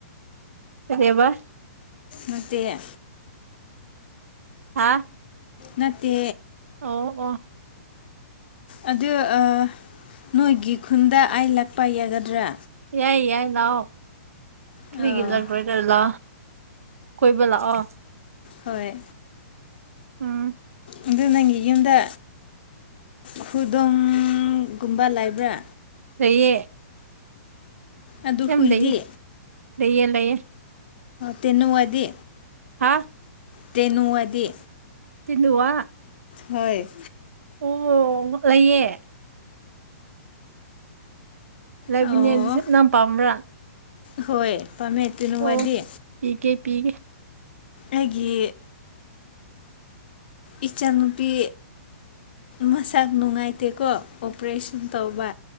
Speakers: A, on the right (about 70°); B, on the left (about 40°).
A: ꯀꯩꯅꯦꯕ
B: ꯅꯠꯇꯦ
A: ꯍꯥꯥ
B: ꯅꯠꯇꯦ
A: ꯑꯣ ꯑꯣ
B: ꯑꯗꯨ ꯑ ꯅꯣꯏꯒꯤ ꯈꯨꯟꯗ ꯑꯥꯏ ꯂꯥꯛꯄ ꯌꯥꯒꯗ꯭ꯔꯥ
A: ꯌꯥꯏ ꯌꯥꯏ ꯂꯛꯑꯣ ꯊ꯭ꯔꯤꯒꯤ
B: ꯑꯣ
A: ꯂꯔꯗꯔꯂ ꯀꯣꯏꯕ ꯂꯛꯑꯣ
B: ꯍꯣꯏ
A: ꯎꯝ
B: ꯑꯗꯨ ꯅꯪꯒꯤ ꯌꯨꯝꯗ ꯈꯨꯗꯣꯡꯒꯨꯝꯕ ꯂꯩꯕ꯭ꯔꯥ
A: ꯂꯩꯌꯦ
B: ꯑꯗꯨ
A: ꯌꯥꯝ
B: ꯍꯨꯏꯗꯤ
A: ꯂꯩꯌꯦ ꯂꯩꯌꯦ ꯂꯩꯌꯦ
B: ꯇꯦꯅꯋꯥꯗꯤ
A: ꯍꯥ
B: ꯇꯦꯟꯋꯥꯗꯤ
A: ꯇꯦꯅꯋꯥ
B: ꯍꯣꯏ
A: ꯑꯣ ꯂꯩꯌꯦ ꯂꯩꯕꯤꯅꯦ
B: ꯑꯣ
A: ꯑꯗꯨꯁꯨ ꯅꯪ ꯄꯥꯝꯕ꯭ꯔꯥ
B: ꯍꯣꯏ ꯄꯥꯝꯃꯦ ꯇꯨꯅꯋꯥꯗꯤ
A: ꯑꯣ ꯄꯤꯒꯦ ꯄꯤꯒꯦ
B: ꯑꯩꯒꯤ ꯏꯆꯟꯅꯨꯄꯤ ꯃꯁꯛ ꯅꯨꯡꯉꯥꯏꯇꯦꯀꯣ ꯑꯣꯄꯔꯦꯁꯟ ꯇꯧꯕ